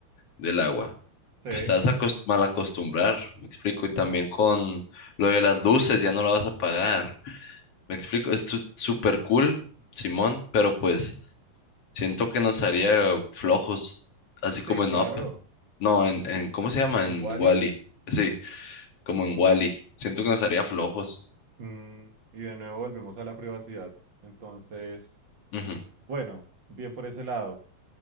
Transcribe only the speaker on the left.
del agua.
Pues te vas a acos- mal acostumbrar, me explico. Y también con lo de las luces, ya no la vas a pagar. Me explico, esto es tu- súper cool, Simón, pero pues. Siento que nos haría flojos, así como
en
Up. No, en, en ¿cómo se llama?
En
Wally. Sí, como en Wally. Siento que nos haría flojos.
Ujú.